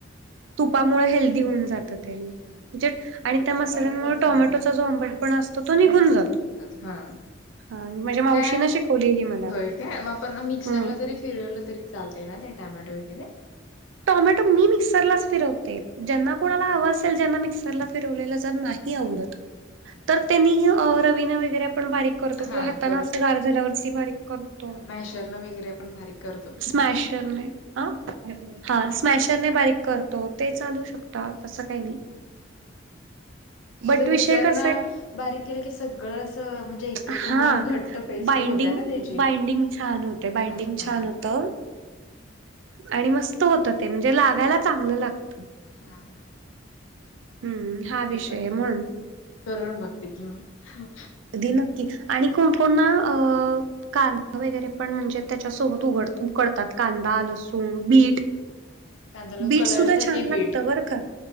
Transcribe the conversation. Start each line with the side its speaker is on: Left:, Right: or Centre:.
Right: तुपामुळे हेल्दी होऊन जात ते म्हणजे-
Left: हा हा
Right: आणि त्या मसाल्यांमुळे टोमॅटोचा जो आंबटपणा असतो तो निघून जातो.
Left: एकचं हा.
Right: हा माझ्या मावशीनं
Left: काय
Right: शिकवली ही मला
Left: होय काय म आपण मिक्सरला
Right: हम्म
Left: जरी फिरवलं तरी. चालते ना ते टॅमॅटो वगैरे.
Right: टॉमॅटो मी मिक्सरलाच फिरवते, ज्यांना
Left: हा
Right: कोणाला हवा असेल जना मिक्सर- मिक्सरला फिरवलेले जर नाही
Left: हा
Right: आवडत,
Left: हा हा
Right: तर ते मी रवीने वगैरे पण बारीक- करतो
Left: हा
Right: किंवा हाताने
Left: करू
Right: असं गार झाल्यावरचं बारीक करतो.
Left: हा मॅशरनं वगैरे आपण बारीक करतो
Right: स्मॅश करने आ- हा स्मॅशरने बारीक करतो, ते चालू शकता तसं काही नाही. बट
Left: तसं
Right: विषय
Left: मिक्सरन
Right: कसा की
Left: बारीक केलं, की सगळं असं म्हणजे- एकत्र
Right: हा
Left: होऊन घट्ट पेस्ट
Right: बाइंडिंग
Left: होत्या ना त्याची
Right: बाइंडिंग छान होते, बाइंडिंग
Left: हा हा
Right: छान होतं. आणि मस्त होत ते म्हणजे लागायला चांगलं लागत.
Left: हा हा
Right: हम्म हा
Left: ते मी
Right: विषय
Left: पण
Right: म्हणून-
Left: करून बघते की ओ- हो.
Right: कधी नक्की आणि कोण कोणा कांदा वगैरे पण म्हणजे त्याच्या सोबत उघड उकडतात. कांदा, लसूण, बीट.
Left: कांदा
Right: बीटसुद्धा
Left: कलर साठी
Right: छान लागतं
Left: बीट
Right: बरं का.